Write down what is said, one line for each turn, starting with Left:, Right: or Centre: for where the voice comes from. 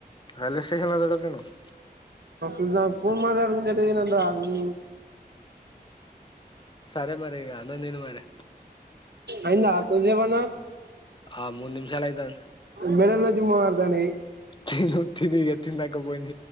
Left: రేల్వే స్టేషన్లో చూడక పోయినావ్
Right: ఇంట్లో ఫోన్ మాట్లాడుకుంటుంటే వినండి రా నీ
Left: సరే మరి ఇగ అన్నం తిను మరి
Right: అయ్యిందా కొన్సేపనా
Left: ఆ మూడు నిమిషాలు అయితాంది
Right: మెడలోంచి మొదుతోన్నై
Left: తిను తిను ఇగ తిన్నాక ఫోన్ చెయ్